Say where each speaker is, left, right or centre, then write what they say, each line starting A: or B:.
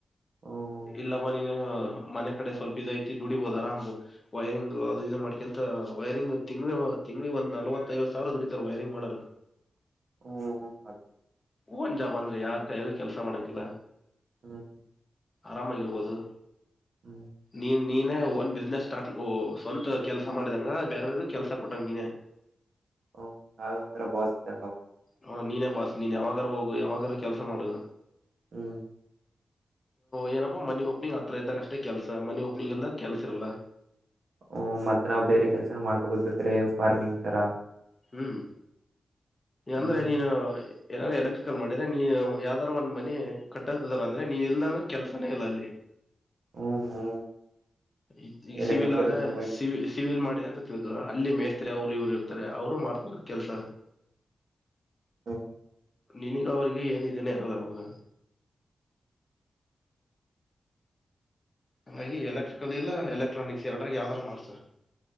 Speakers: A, on the right; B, on the left.
A: ಹ್ಮ್
B: ಇಲ್ಲಪ ನಿ ಅ ಮನೆ ಕಡೆ ಸ್ವಲ್ಪ ಇದ್ ಐತಿ ದುಡಿಬಹುದು ಆರಾಮ್ ವೈರಿಂಗ್ ಅದು ಇ ಮಾಡ್ಕೊಂತ ವೈರಿಂಗ್ ತಿ ದುಡಿ ಬಹುದು ತಿಂಗಳಿಗೆ ಒಂದ್ ನಲ್ವತ್ತೈಐವತ್ತು ಸಾವಿರ ದುಡಿತಾರ ವೈರಿಂಗ್ ಮಾಡರು
A: ಹ್ಮ ಅದ್
B: ಓನ್ ಜಾಬ್ ಅಂದ್ರೆ ಯಾರ್ ಕಾಯಾಗ ಕೆಲ್ಸ ಮಾಡಂಗಿಲ್ಲ
A: ಹ್ಮ
B: ಆರಾಮಾಗಿರ್ಬೋದು
A: ಹ್ಮ್
B: ನೀನ್ ನೀನೇ ಓನ್ ಬಿಸ್ನೆಸ್ ಸ್ಟಾರ್ಟ್ ಸ್ವಂತ ಕೆಲ್ಸ ಮಾಡಿದಂಗ ಬೇರವಗು ಕೆಲ್ಸ ಕೊಟ್ಟಂಗ್ ನೀನೆೇ <inaudible>
A: ಹಓ ನಾವೇ ಒಂಥರ ಬೋಸಿದ್ದ
B: ಹ ನೀನೇ ಬಾಸ್ ನೀನ್ ಯಾವಾಗಾರೂ ಹೋಗು ಯಾವಾಗಾರೂ ಕೆಲಸ ಮಾಡು
A: ಹ್ಮ್
B: ಏನಪ್ಪಾ ಮನಿ ಓಪನಿಂಗ್ ಹತ್ರ ಇದ್ದಾಗ ಅಷ್ಟೇ ಕೆಲ್ಸ ಮನಿ ಓಪನಿಂಗ್ ಇಲ್ದಾಗ ಕೆಲ್ಸ ಇರಲ್ಲ
A: ಹ ಮತ್ತೆ ನಾವ್ ಬೇರೆ ಕೆಲ್ಸನ ಮಾಡ್ಕೊಬೋದು ಬೇಕಾರೆ ಫಾರ್ಮಿಂಗ್ ತರ
B: ಹ್ಮ್
A: ಹ್ಮ್
B: ಅಂದ್ರೆ ನೀನು ಏನಾದ್ರು ಎಲೆಕ್ಟ್ರಿಕಲ್ ಮಾಡಿದ್ರೆ ನೀನ್ ಯಾವ್ದಾದಾದ್ರು ಒಂದ್ ಮನೆ ಕಟ್ಟಕ್ತಿದಾರ ಅಂದ್ರೆ ನೀನ್ ಇಲ್ದ ಅಂದ್ರೆ ಕೆಲ್ಸಾನೇ ಇಲ್ಲ ಅಲ್ಲಿ
A: ಹ್ಮ್ ಹ್ಮ್
B: ಇ ಈಗ
A: ಎಲೆಕ್ಟ್ರಿಕಲ್
B: ಸಿವಿಲ್ ಆದ್ರೆ
A: ತುಂಬಾ
B: ಸಿವಿ ಸಿವಿಲ್ ಮಾಡ್ ಅಂತ ತಿಳ್ಕ ಅಲ್ಲಿ ಮೇಸ್ತ್ರಿ ಅವರು ಇವ್ರು ಇರ್ತಾರೆ ಅವರು ಮಾಡ್ತಾರ ಕೆಲ್ಸ
A: ಹ್ಮ
B: ನಿನಗ ಅವ್ರಿಗೆ ಏನ್ ಇದೇನೆ ಇರಲ್ಲ ಅವಾಗ ಹಂಗಾಗಿ ಎಲೆಕ್ಟ್ರಿಕಲ್ ಇಲ್ಲ ಎಲೆಕ್ಟ್ರಾನಿಕ್ಸ್ ಎರಡರಾಗ ಯಾವ್ದಾರು ಮಾಡ್ಸು